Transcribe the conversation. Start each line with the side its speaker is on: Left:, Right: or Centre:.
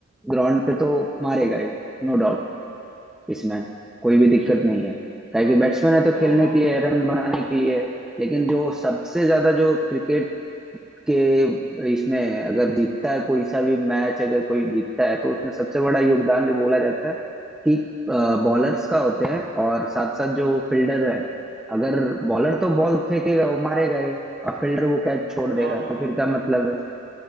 Centre: ग्राउंड पे तो मारेगा ही नो डाउट इसमें कोई भी दिक्कत नहीं है ताकि
Right: हाँ
Centre: बैट्समैन है तो
Right: हाँ
Centre: खेलने
Right: हाँ
Centre: के
Right: बिल्कुल
Centre: लिए रन बनाने के लिए लेकिन जो सबसे ज्यादा जो क्रिकेट के इसमें अगर जीतता है कोई सा भी मैच अगर कोई जीतता है तो उसमें सबसे बड़ा योगदान जो बोला जाता है कि बॉलर्स का होते हैं और साथ साथ जो फील्डर है अगर बॉलर तो बॉल फेंकेगा वो मारेगा ही और फील्डर वो कैच छोड़ देगा
Right: हाँ बिल्कुल
Centre: तो फिर क्या मतलब है